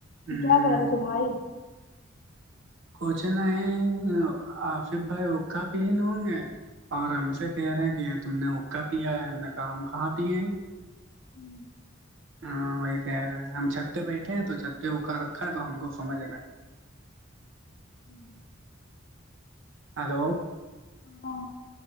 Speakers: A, on the right; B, on the left.
A: ہ
B: کیا کر رہے تھے بھائی
A: کچھ نہیں آصف بھائی حقہ پی ہوں گے اور ہم سے کہہ رہے ہیں کہ تم نے حقہ پیا ہے ہم نے کہا ہم کہاں پیے ہیں
B: ہوں
A: ہاں وہی کہہ رہے ہیں ہم چھت پہ بیٹھے ہیں تو چھت پہ اکا رکھا ہے تو ہم کو سمجھ رہا ہے
B: ہوں
A: ہیلو
B: ہاں